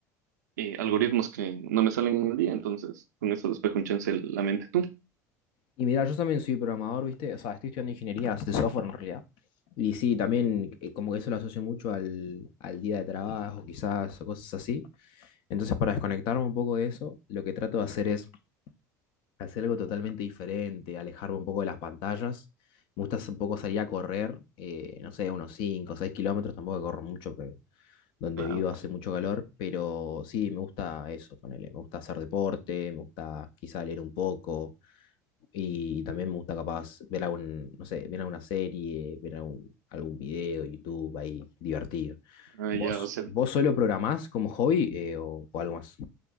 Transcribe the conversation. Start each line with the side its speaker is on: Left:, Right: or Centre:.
Right: eh, algoritmos que no me salen en el día, entonces con eso despejo un chance la mente. ¿Tú?
Left: Y mirá, yo también soy programador, ¿viste? O sea, estoy estudiando ingeniería de software en realidad. Y sí, también eh, como que eso lo asocio mucho al, al día de trabajo, quizás, o cosas así. Entonces, para desconectarme un poco de eso, lo que trato de hacer es hacer algo totalmente diferente, alejarme un poco de las pantallas. Me gusta un poco salir a correr, eh, no sé, unos 5 o 6 kilómetros, tampoco corro mucho, pero donde
Right: Claro.
Left: vivo hace mucho calor, pero sí, me gusta eso, ponele, me gusta hacer deporte, me gusta quizá leer un poco y también me gusta capaz ver algún, no sé, ver alguna serie, ver algún, algún video, YouTube ahí divertido.
Right: Ah,
Left: ¿Vos,
Right: ya, o sea,
Left: vos solo programás como hobby eh, o, o algo más?